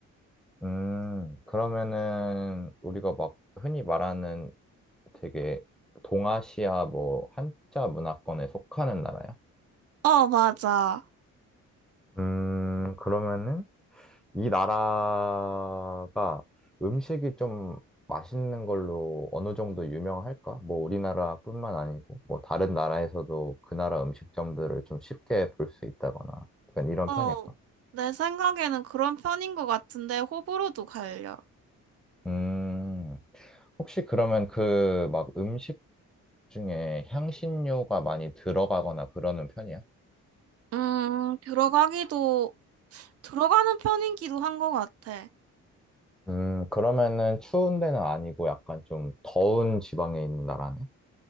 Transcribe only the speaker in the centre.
음, 그러면은 우리가 막 흔히 말하는 되게 동아시아 뭐 한자 문화권에 속하는 나라야?
음, 그러면은 이 나라가 음식이 좀 맛있는 걸로 어느 정도 유명할까? 뭐 우리나라뿐만 아니고 뭐 다른 나라에서도 그 나라 음식점들을 좀 쉽게 볼 수 있다거나 약간 이런 편일까?
음, 혹시 그러면 그 막 음식 중에 향신료가 많이 들어가거나 그러는 편이야?
음, 그러면은 추운 데는 아니고 약간 좀 더운 지방에 있는 나라네?